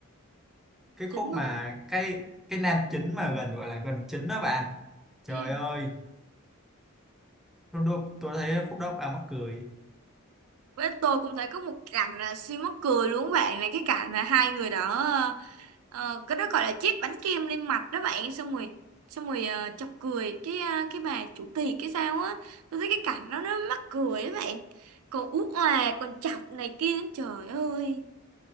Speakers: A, in the centre; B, on the right.
A: cái
B: chính
A: khúc
B: luôn
A: mà cái cái nam chính mà gần gọi là gần chính đó bạn trời
B: ừ
A: ơi tôi, tôi thấy khúc đó à mắc cười
B: với tôi cũng thấy có một cảnh là siêu mắc cười luôn các bạn là cái cảnh mà hai người đó à, Ờ, cái đó gọi là chiếc bánh kem lên mặt đó bạn xong rồi xong rồi ờ, chọc cười cái ờ, cái bà chủ tiệc cái sao á tôi thấy cái cảnh đó nó mắc cười đó bạn còn ú òa còn chọc này kia trời ơi